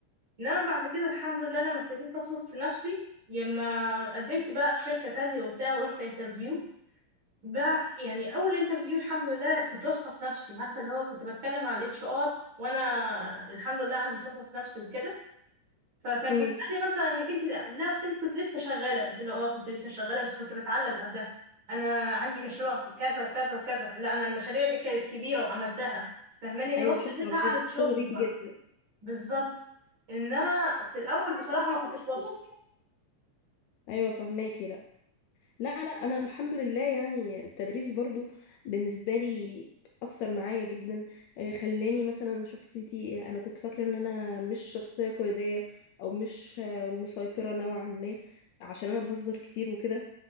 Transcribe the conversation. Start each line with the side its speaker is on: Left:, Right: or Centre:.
Right: لا بعد كده الحمد لله لما ابتديت اثق في نفسي لما قدمت بقى في شركة تانية وبتاع ورحت انترفيو بقى يعني اول انترفيو الحمد لله كنت واثقة في نفسي عارفة اللي هو كنت بتكلم مع الاتش ار وانا الحمد لله عندي ثقة في نفسي وكده فكان
Left: امم
Right: بيتقال لي مثلا انك انت لا اصل انت كنت لسه شغالة قلت له اه كنت لسه شغالة بس كنت بتعلم قبلها انا عندي مشروع في كذا وكذا وكذا لا انا المشاريع دي كانت كبيرة وعملتها فاهماني اللي
Left: ايوه
Right: هو ابتديت
Left: شكرا بجد
Right: اعرض
Left: فخوره
Right: شغلي
Left: بيكي جدا
Right: بالظبط انما في الاول بصراحه ما كنتش واثقه
Left: ايوه فهماكي لا لا لا انا الحمد لله يعني التدريس برضو بالنسبه لي اثر معايا جدا آه، خلاني مثلا شخصيتي انا كنت فاكره ان انا مش شخصيه قياديه او مش آه، مسيطره نوعا ما عشان انا بهزر كتير وكده